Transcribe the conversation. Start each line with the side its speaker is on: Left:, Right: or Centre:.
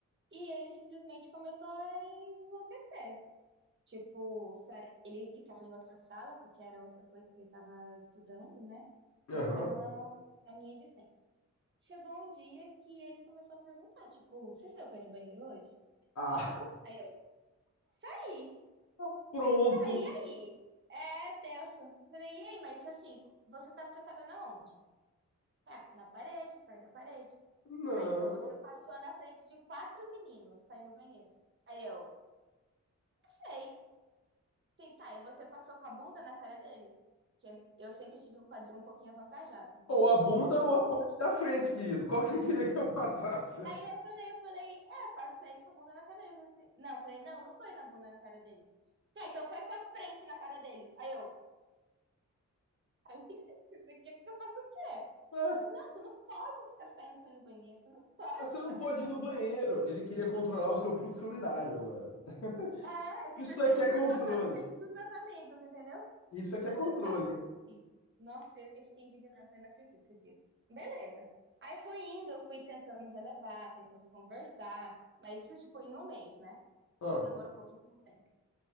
Right: E ele simplesmente começou a enlouquecer. Tipo, sa- ele ficava em outra sala, porque era outra coisa que ele estava estudando, né?
Left: Aham.
Right: E eu ficava na, na minha de sempre. Chegou um dia que ele começou a perguntar, tipo, você saiu pra ir no banheiro hoje?
Left: Ah,
Right: Aí eu, saí,
Left: <laughs> pronto.
Right: tá, e aí? É tenso. Eu Falei, e aí, mas assim, você estava sentada na onde? Tá, na parede, perto da parede.
Left: Não.
Right: Tá, então você passou na frente de quatro meninos pra ir no banheiro. Aí eu, sei. Sim, tá. E você passou com a bunda na cara deles? Que eu sempre tive um quadril um pouquinho avantajado, né?
Left: Ou a bunda ou a parte da frente, querido. Qual que você queria que eu passasse?
Right: Aí eu falei, eu falei, é, passei com a bunda na cara deles. assim. Não, eu falei, não, não foi na bunda na cara deles. Sim, então foi com a frente na cara deles. Aí eu, aí, <laughs> o que que eu faço o quê?
Left: É,
Right: Eu assim, não, tu não pode ficar saindo foi no banheiro, tu não pode
Left: ah, você
Right: ficar
Left: não pode
Right: saindo foi
Left: ir no
Right: no
Left: banheiro.
Right: banheiro.
Left: Ele queria controlar o seu fluxo urinário agora. <laughs>
Right: É, simplesmente
Left: Isso aqui é
Right: por
Left: controle.
Right: passar na frente dos meus amigos, entendeu?
Left: Isso aqui é controle,
Right: Cara, não é
Left: hein?
Right: possível. Nossa, eu, eu fiquei indignada, eu falei, não acredito que você disse. Beleza. Aí foi indo, eu fui tentando relevar, tentando conversar, mas isso, tipo, em um mês, né?
Left: Ó.
Right: A gente namorou pouquíssimo tempo.